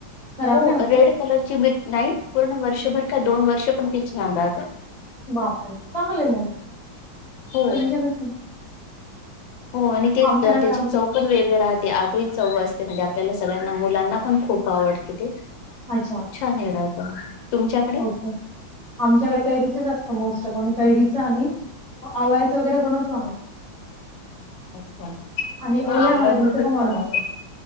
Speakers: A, on the right (about 25°); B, on the left (about 80°).
A: खराब
B: हो
A: नाही होत
B: रेड
A: ते?
B: कलरची बी नाही पूर्ण वर्षभर का दोन वर्ष पण तिची अंदाज आहे
A: बापर चांगलेय मग
B: हो
A: टेन्शनच
B: हो आणि ते,
A: आमच्याकडे
B: त्याची
A: तर आम्ही
B: चौक पण वेगळे राहते आगळी चंव असते, म्हणजे आपल्याला सगळ्यांना मुलांना पण खूप आवडते ते.
A: अच्छा
B: छान हे राहतो. तुमच्याकडे,
A: ओके. आमच्याकडे कैरीच असतं. मोस्ट ऑफ आम्ही कैरीच आणि, वळ्याच वगैरे बनवतो आम्ही
B: अच्छा
A: आणि
B: हा
A: ओल्या
B: आ्याचत
A: हळदीचं पण बनवतो.
B: छलास